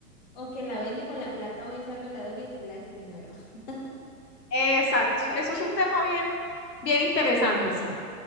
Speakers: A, on the left; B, on the left.
A: o que la vendo y con la plata voy saldo la deuda y después la despignoro. <laughs>
B: Exacto, eso
A: ¿Sí?
B: es un tema bien, bien interesante, sí.